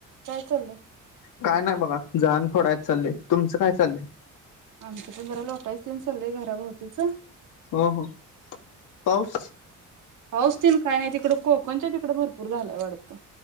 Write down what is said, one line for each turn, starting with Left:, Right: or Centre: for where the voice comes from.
Right: काय चालंय?
Left: काय नाय बघा. जाळण फोडायच चालंय. तुमचं काय चालंय?
Right: आमच पण जरा लोटाय तेन चालय घराभोवतीच.
Left: हो हो. पाऊस?
Right: पाऊस तेन काय नाय. तिकडं कोकणच्या तिकडें भरपूर झालंय वाटतं.